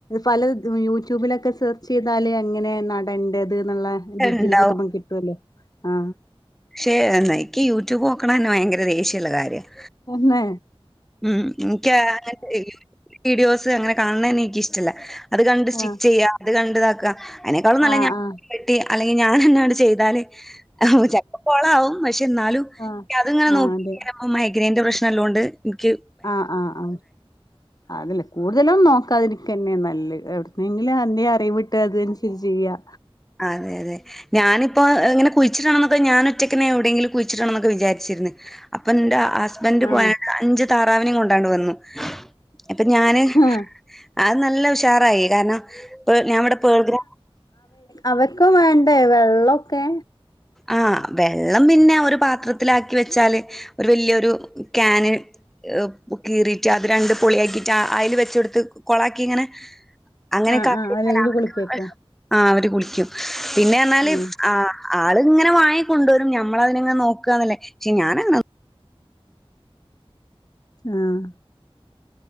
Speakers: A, on the left; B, in the centre.
A: പല യൂട്യൂബിലൊക്കെ സെർച്ച് ചെയ്താല് എങ്ങനെ നടേണ്ടത് ള്ള ഡീറ്റെയിൽസ്
B: ഇണ്ടാവും.
A: ഒക്കെ പ്പൊ കിട്ടുല്ലോ ആ
B: പക്ഷേ എനിക്ക് യൂട്യൂബ് നോക്കണന്നെ ഭയങ്കര ദേഷ്യള്ള കാര്യം ആണ്
A: ന്ന <unintelligible>
B: ഉം എനിക്ക് അങ്ങൻത്തെ വീഡിയോസ് അങ്ങനെ കാണണന്നെ എനിക്കിഷ്ടല്ല അത് കണ്ട് സ്റ്റിച്ച്
A: ആ
B: ചെയ്യ അത് കണ്ട്താക്ക അതിനേക്കാളും നല്ലെ
A: ആ
B: ഞാൻ
A: ആ
B: വെട്ടി അല്ലെങ്കിൽ ഞാൻ എന്നെ ആണ്ട് ചെയ്താല് ആ ചെലപ്പോ കൊളാവും പക്ഷെ ന്നാലും
A: ആ
B: അത് ഇങ്ങനെ
A: ആ
B: നോക്കിരിക്ക
A: അതെ
B: മൈഗ്രൈന്റെ പ്രശ്നം ഉള്ളോണ്ട് ഇൻക്ക്
A: ആഹ് ആഹ് ആഹ് അതല്ല കൂടുതലും നോക്കാതിരിക്കന്നെ നല്ലെ എന്തെങ്കിലും എന്നെ അറിവിട്ട് അത് അനുസരിച്ച് ചെയ്യ
B: അതെ അതെ ഞാനിപ്പോ ഇങ്ങനെ കുയിചിടണ ന്നൊക്കെ ഞാൻ ഒറ്റക്കന്നെ എവിടെയങ്കിലും കുയിച്ചിടണം ന്നൊക്കെ വിചാരിച്ചിരുന്നു അപ്പം ഇന്റെ ഹസ് ഹസ്ബന്റ്
A: ആ
B: പോയ അഞ്ച് താറാവിനും കൊണ്ടാണ്ട് വന്നു ഇപ്പൊ ഞാന്
A: ആ
B: അത് നല്ല ഉഷാറായി കാരണം ഞാൻ ഇവിടെ പേർഗ്ര
A: അവർക്കും വേണ്ടേ വെള്ളൊക്കെ
B: ആ വെള്ളം പിന്നെ ഒരു പാത്രത്തിലാക്കി വെച്ചാല് റ്ല്യൊരു ക്യാന് ഏഹ് കീറീട്ട് അത് രണ്ട് പൊള്യാക്കിട്ട് അഹ് അയില് വെച്ചോടുത്ത് കൊളാക്കി ഇങ്ങനെ അങ്ങനെക്കെ
A: ആഹ്
B: ആക്കി
A: ആഹ് അല്ലെല് കുളിക്കേക്കും
B: <unintelligible> ആഹ് അവര് കുളിക്കും. പിന്നെ പറഞ്ഞാല്.
A: ആഹ്
B: അഹ് ആള്ങ്ങനെ വാങ്ങി കൊണ്ടുവരും. ഞമ്മളതിനങ്ങനെ നോക്ക്വാന്നല്ലേ? പക്ഷേ ഞാനങ്ങ്
A: ആഹ്